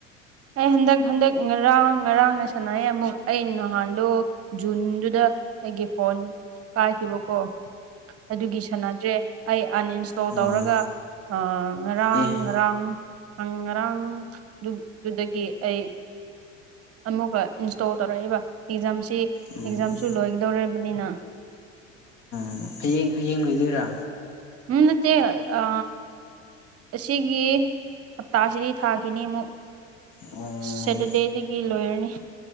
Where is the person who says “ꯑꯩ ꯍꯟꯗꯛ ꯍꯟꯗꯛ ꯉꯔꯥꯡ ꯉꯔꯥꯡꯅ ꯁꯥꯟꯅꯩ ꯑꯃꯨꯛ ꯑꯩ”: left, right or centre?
Right